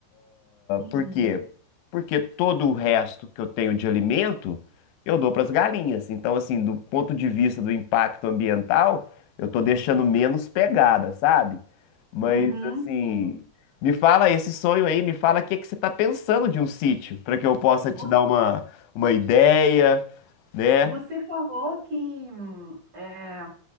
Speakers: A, on the right; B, on the left.
A: Uhum.
B: Por quê? Porque todo o resto que eu tenho de alimento eu dou para as galinhas. Então, assim, do ponto de vista do impacto ambiental, eu estou deixando menos pegada, sabe? Mas,
A: Uhum,
B: assim,
A: sim.
B: me fala esse sonho aí, me fala o que que você está pensando de um sítio, para que eu possa
A: Vo-
B: te dar uma, uma ideia, né?
A: Você falou que hum, é,